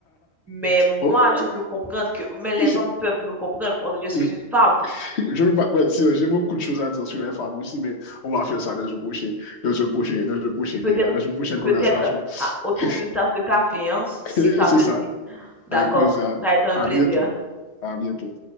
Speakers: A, in the centre; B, on the left.
A: Mais moi,
B: Oh, oh,
A: je peux comprendre que, mais les
B: je,
A: hommes peuvent me comprendre parce que je
B: je-
A: suis une femme.
B: Je ne veux pas te mentir, j'ai beaucoup de choses à dire sur les femmes aussi, mais on va faire ça dans un prochain, dans un prochain, dans un prochain débat,
A: Peut-être,
B: dans une prochaine conversation.
A: peut-être à- autour
B: <laughs>
A: d'une tasse de café, hein, si
B: Et
A: ça
B: C'est
A: te
B: ça.
A: dit. D'accord.
B: Avec plaisir.
A: Ça a été un
B: À
A: plaisir.
B: bientôt. À bientôt.